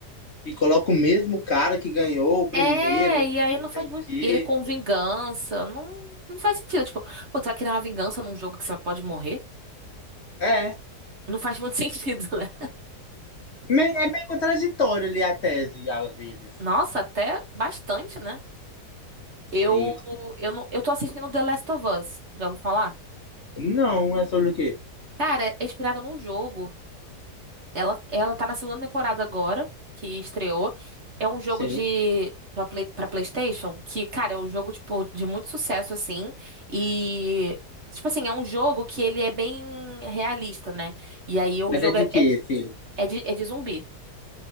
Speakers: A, on the left (about 45°); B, on the right (about 45°).
A: E coloca o mesmo cara que ganhou o primeiro,
B: É, e aí
A: não
B: não faz
A: sei o
B: muito.
A: quê.
B: E ele com vingança. Não, não faz sentido. Tipo, pô, tu vai criar uma vingança num jogo que você pode morrer?
A: É,
B: Não faz muito <laughs> sentido, né?
A: me- é meio contraditório ali a tese, às vezes.
B: Nossa, até bastante, né? Eu,
A: Sim.
B: eu, não, eu tô assistindo The Last of Us. Já ouviu falar?
A: Não, é sobre o quê?
B: Cara, é inspirado num jogo. Ela, ela tá na segunda temporada agora, que estreou. É um jogo
A: Sim.
B: de pra, Play- pra PlayStation, que, cara, é um jogo, tipo, de muito sucesso, assim. E, tipo assim, é um jogo que ele é bem realista, né? E aí o
A: Mas
B: jogo
A: é de
B: é,
A: quê, sim?
B: é de, é de zumbi.